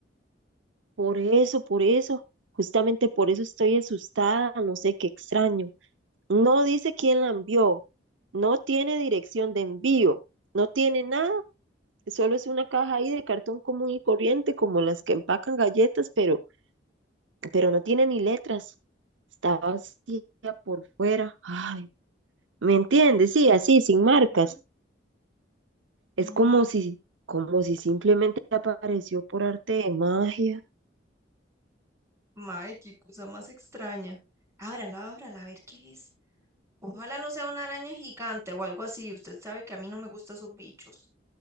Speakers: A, on the right; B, on the right.
A: por eso, por eso, justamente por eso estoy asustada, no sé qué extraño. No dice quién la envió, no tiene dirección de envío, no tiene nada Solo es una caja ahí de cartón común y corriente, como las que empacan galletas, pero, pero no tiene ni letras. Está vacía por fuera. Ay, ¿me entiendes? Sí, así, sin
B: Ujú.
A: marcas.
B: Mm,
A: Es como si, como si simplemente apareció por arte de magia.
B: Mae, qué cosa más extraña. Ábrala, ábrala, a ver qué es. Ojalá no sea una araña gigante o algo así. Usted sabe que a mí no me gustan esos bichos.